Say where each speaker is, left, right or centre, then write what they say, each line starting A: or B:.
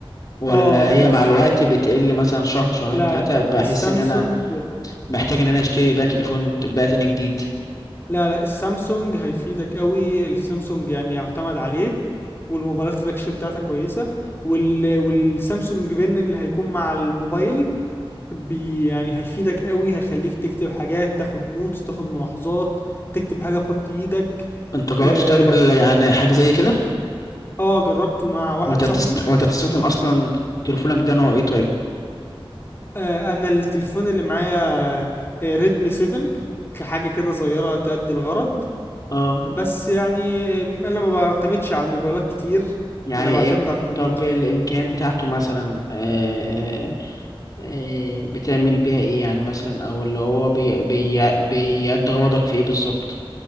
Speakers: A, on the left; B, on the left.
A: ولا
B: اه
A: هي
B: ال...
A: مع الوقت بتقل مثلا شهر شهرين
B: لا
A: تلاتة بحس
B: السامسونج
A: إن أنا محتاج إن أنا أشتري بقى تليفون بقى تاني جديد
B: لا لا السامسونج هيفيدك قوي السامسونج يعني يعتمد عليه والموبايلات فلاج شيب بتاعتها كويسه وال... والسامسونج بن اللي هيكون مع الموبايل بي... يعني هيفيدك قوي هيخليك تكتب حاجات تاخد نوتس تاخد ملاحظات تكتب حاجه بخط ايدك
A: انت جربت
B: اه
A: طيب ال- يعني حاجة زي كده
B: آه، جربته مع واحد
A: وانت
B: صاحبي
A: بتست... وانت بتستخدم اصلا تليفونك ده نوع ايه طيب
B: آه انا التليفون اللي معايا آه ريدمي 7 كحاجه كده صغيره تأدي الغرض
A: اه
B: بس يعني أم، انا ما بعتمدش على الموبايلات كتير
A: يعني
B: انا
A: ايه
B: بعتمد
A: بك-
B: على الكمبيوتر
A: طب الامكانيات بتاعته مثلا آه... آه... بتعمل بيها ايه يعني مثلا او اللي هو بي... بي... بيأدي غرضك في ايه بالظبط